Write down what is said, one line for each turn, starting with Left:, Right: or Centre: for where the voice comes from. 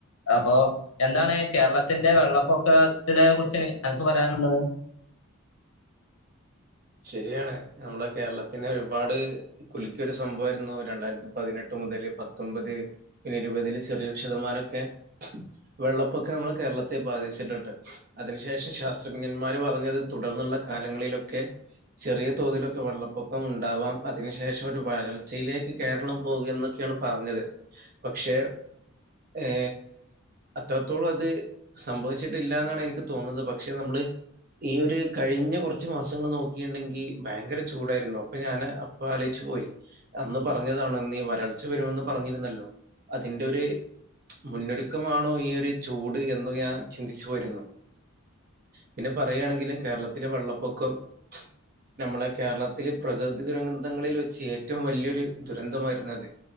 Left: അപ്പൊ എന്താണ് കേരളത്തിന്റെ വെള്ളപ്പൊക്കത്തിലെ കുറിച്ച് അനക്ക് പറയാനുള്ളത്
Right: ശരിയാണ് നമ്മളെ കേരളത്തിനെ ഒരുപാട് കുലിക്കെരു സംഭവായിരുന്നു രണ്ടായിരത്തി പതിനെട്ട് മുതൽ പത്തൊമ്പത് ന്നെ ഇരുപതില് ചെറിയൊരു ശതമാനൊക്കെ വെള്ളപ്പൊക്ക നമ്മളെ കേരളത്തെ ബാധിച്ചിട്ടുണ്ട് അതിനുശേഷം ശാസ്ത്രജ്ഞന്മാര് പറഞ്ഞത് തുടർന്ന് കാലങ്ങളിലൊക്കെ ചെറിയ തോതിലൊക്കെ വെള്ളപ്പൊക്കം മു ണ്ടാവാം അതിനു ശേഷം ഒരു വരൾച്ചയിലേക്ക് കേരളം പോകുക എന്നൊക്കെയാണ് പറഞ്ഞത് പക്ഷെ ഏ അത്രത്തോളം അത് സംഭവിച്ചിട്ടില്ല ന്നാണ് എനിക്ക് തോന്നുന്നെ പക്ഷെ നമ്മള് ഈ ഒരു കഴിഞ്ഞ കൊറ്ച്ച് മാസങ്ങൾ നോക്ക ണ്ടെങ്കി ഭയങ്കര ചൂടായിരുന്നു അപ്പൊ ഞാന് അപ്പ ആലോയ്ച്ചു പോയി അന്ന് പറഞ്ഞതാണ് നീ വരൾച്ച വരുമെന്ന് പറഞ്ഞിരുന്നല്ലോ അതിന്റെ ഒരു മുന്നൊരുക്കമാണോ ഈ ഒരു ചൂട് എന്ന് ഞാൻ ചിരിച്ചു വരുന്നു പിന്നെ പറയാണെങ്കിൽ കേരളത്തിലെ വെള്ളപ്പൊക്കം നമ്മളെ കേരളത്തിലെ പ്രകൃതി ദുരന്തങ്ങളിൽ വെച്ച് ഏറ്റവും വലിയൊരു ദുരന്തമായിരുന്നു അത്